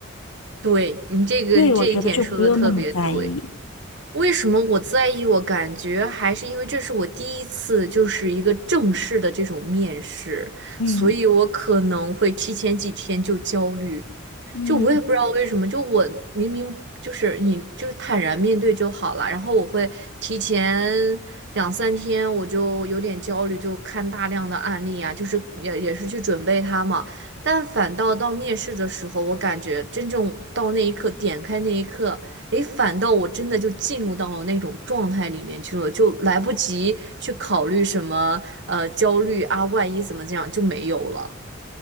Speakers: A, on the right (about 55°); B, on the left (about 80°).
A: 对，你这个这一点说的特别对。
B: 所以我觉得就不用那么在意。
A: 为什么我在意？我感觉还是因为这是我第一次，就是一个正式的这种面试，
B: 嗯
A: 所以我可能会提前几天就焦虑。
B: 嗯，
A: 就我也不知道为什么，就我明明就是你就是坦然面对就好了，然后我会提前两三天我就有点焦虑，就看大量的案例啊，就是也也是去准备它嘛，但反倒到面试的时候，我感觉真正到那一刻点开那一刻，诶，反倒我真的就进入到了那种状态里面去了，就来不及去考虑什么呃焦虑啊，万一怎么这样就没有了。